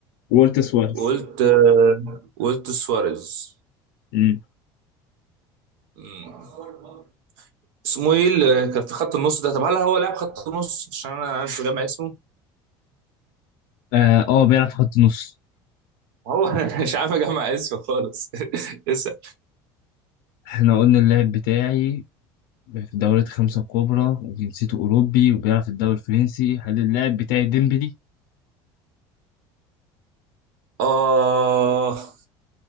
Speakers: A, on the left; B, on the right.
A: وولت سوارز
B: وقلت آه، وقلت سواريز
A: امم
B: مم. اسمه ايه اللي كان في خط النص ده طب هل هو لاعب خط النص عشان انا مش جامع اسمه
A: اه آه، بيلعب في خط النص
B: هو <laughs> أنا مش عارف اجمع اسمه خالص <laughs> اسال
A: احنا قلنا اللاعب بتاعي في الدوريات الخمسة الكبرى وجنسيته أوروبي وبيلعب في الدوري الفرنسي هل اللاعب بتاعي ديمبلي؟
B: اه